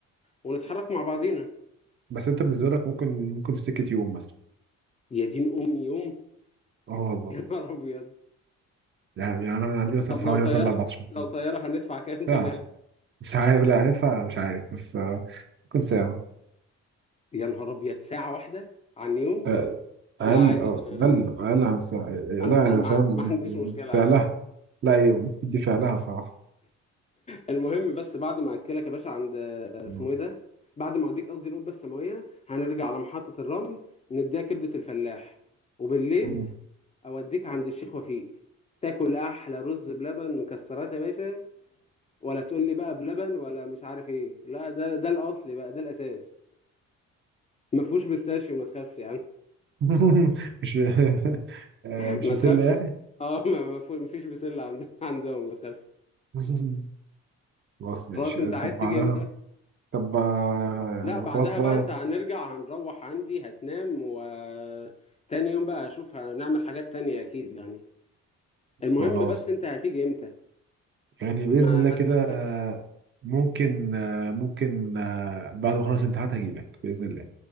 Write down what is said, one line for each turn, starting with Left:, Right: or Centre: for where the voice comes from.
Left: ونتحرك مع بعضينا
Right: بس انت بالنسبه لك ممكن ممكن في سكه يوم مثلا
Left: يا دين امي يوم <laughs>
Right: اه بالظبط
Left: يا نهار ابيض
Right: يعني يعني انا من عندي مثلا
Left: طب
Right: حوالي
Left: لو طيارة
Right: مثلا 14
Left: لو طيارة هندفع كام <laughs> طب
Right: ساعه
Left: يا أخي؟
Right: مش عارف لا هندفع مش عارف بس آه، ممكن ساعه
Left: يا نهار ابيض ساعة واحدة عن يوم
Right: آه، اقل
Left: لا عادي
Right: اه
Left: ما
Right: اقل اقل عن ساعة لا
Left: انا انا
Right: انا
Left: ما
Right: فاهم
Left: ما عنديش مشكلة عادي
Right: فعلها لا هي بتدي فعلها صراحة
Left: المهم بس بعد ما اكلك يا باشا عند اسمه
Right: مم.
Left: ايه ده بعد ما اوديك قصدي القبة السماوية هنرجع على محطة الرمل نديها كبدة الفلاح وبالليل
Right: مم.
Left: اوديك عند الشيخ وفيق تاكل احلى رز بلبن مكسرات يا باشا ولا تقول لي بقى بلبن ولا مش عارف ايه لا ده ده الاصلي بقى ده الاساس ما فيهوش بيستاشيو ما تخافش يعني
Right: <laughs> مش آه،
Left: <laughs>
Right: مش
Left: ما
Right: مسلة
Left: تخافش
Right: يعني
Left: اه ما ما فيه- ما فيش بسله عند عندهم ما تخافش
Right: <laughs> خلاص
Left: خلاص
Right: ماشي
Left: انت
Right: طب
Left: عايز تيجي
Right: بعدها
Left: امتى
Right: طب آه،
Left: لا بعدها
Right: خلاص بقى
Left: بقى انت هنرجع هنروح عندي هتنام و تاني يوم بقى هشوف هنعمل حاجات تانية اكيد يعني المهم
Right: خلاص
Left: بس انت هتيجي امتى
Right: يعني بإذن
Left: ما
Right: الله
Left: ما
Right: كده
Left: تكروتش
Right: آه، ممكن آه، ممكن آه، بعد ما اخلص الامتحانات هجيلك بإذن الله